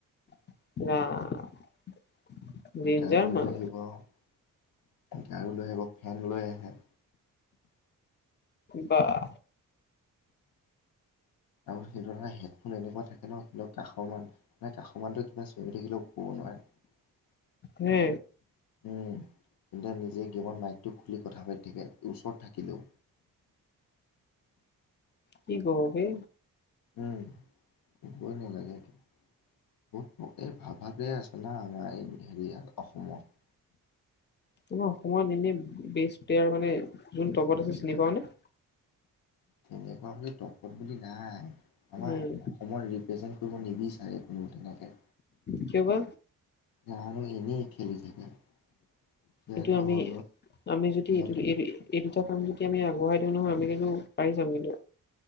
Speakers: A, on the left; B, on the left.
A: ৰাম। ডেঞ্জাৰ
B: গাৰু
A: মাল
B: লৈ আহিব আৱ। গাৰু লৈ আহিব ফেন লৈ আহে।
A: বাহ
B: তাৰপিছত <unintelligible> হেডফোন এনেকুৱা থাকে ন' সেইৰ কাষৰমান মানে কাষ মানটো কিবা চিঞৰি থাকিলেও ক'ব নোৱাৰে
A: হে
B: উম। সিহঁতে নিজে গেমত মাইকটো খুলি কথা পাতি থাকে ওচৰত থাকিলেও।
A: কি কৱ বে।
B: উম, কবই নালাগে একে বত এই ভাব ভাগেই আছে না আমাৰ হেৰিয় <unintelligible> অসমত।
A: আমাৰ অসমত এনে বেষ্ট প্লেয়াৰ মানে যোন টপত আছে চিনি পাৱ নে?
B: তেনেকুৱা বুলি টপত বুলি নাই আমাৰ
A: উম
B: অস অসমৰ ৰিপ্ৰেজেণ্ট কৰিব নিবিচাৰে কোনেও তেনেকে।
A: কিয় বা?
B: জানো এনেই খেলি থাকে। এতিয়া
A: এইটো
B: ধৰ
A: আমি আমি যদি
B: মই
A: এইটো এইটো এই দুটা কাম যদি আমি আগবঢ়াই দিওঁ নহয় আমি কিন্তু পাৰি যাম কিন্তু।